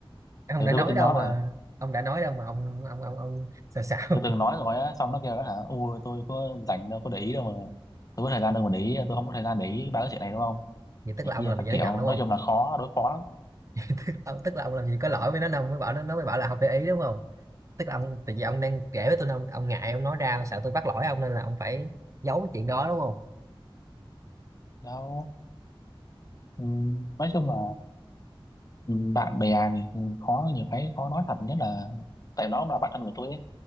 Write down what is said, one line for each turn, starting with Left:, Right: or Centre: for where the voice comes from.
Right: ông
Left: Ừ,
Right: đã
Left: tôi
Right: nói
Left: biết tính
Right: đâu
Left: nói
Right: mà
Left: mà
Right: ông đã nói đâu mà ông ông ông ông sao sao
Left: tôi từng
Right: <laughs>
Left: nói rồi á xong nó kêu đó hả ui tôi có rảnh đâu có để ý đâu mà tôi có thời gian đâu mà để ý tôi không có thời gian để ý ba cái chuyện này đúng không
Right: vậy tức
Left: này
Right: là ông
Left: kia
Right: làm
Left: các
Right: gì cho
Left: kiểu
Right: nó giận đúng
Left: nói
Right: không
Left: chung là khó đối phó lắm
Right: tức, tức là ông làm gì có
Left: ừ,
Right: lỗi với nó nên ông mới bảo nó nó mới bảo là không để ý đúng không tức là ông tại vì ông đang kể với tôi nên ông, ông ngại ông nói ra ông sợ tôi bắt lỗi ông nên là ông phải giấu cái chuyện đó đúng không
Left: đâu ừ, nói chung là ừ, bạn bè thì khó nhiều cái khó nói thật nhất là tại nó cũng là bạn thân của tôi ấy